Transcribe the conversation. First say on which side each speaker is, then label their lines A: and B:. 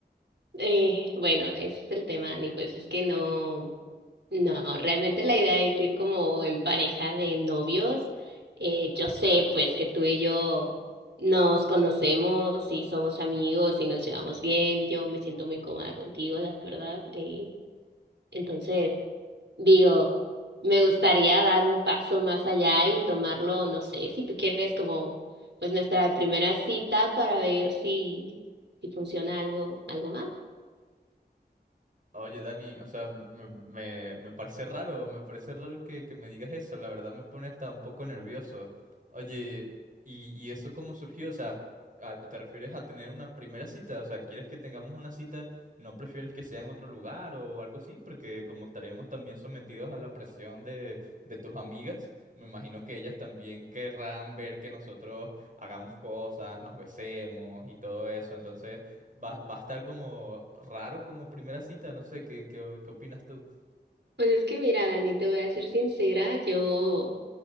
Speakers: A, on the right (about 85°); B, on the right (about 50°).
A: Eh, bueno, ese es el tema, Dani, pues es que no, no, realmente la idea es ir como en pareja de novios. Eh, yo sé pues que tú y yo nos conocemos y somos amigos y nos llevamos bien, yo me siento muy cómoda contigo, la verdad. eh, entonces, digo, me gustaría dar un paso más allá y tomarlo, no sé, si tú quieres como pues nuestra primera cita para ver si, si funciona algo, algo más.
B: Oye, Dani, o sea, me, me- me parece raro, me parece raro que, que me digas eso, la verdad me pone hasta un poco nervioso. Oye, ¿y, y eso cómo surgió? O sea, ¿a- ¿te refieres a tener una primera cita? O sea, ¿quieres que tengamos una cita? ¿No prefieres que sea en otro lugar o algo así? Porque como estaremos también sometidos a la presión de, de tus amigas, me imagino que ellas también querrán ver que nosotros hagamos cosas, nos besemos y todo eso. Entonces... Va, va a estar como raro como primera cita, no sé, ¿qué, qué, qué opinas tú?
A: Pues es que mira, Dani, te voy a ser sincera, yo,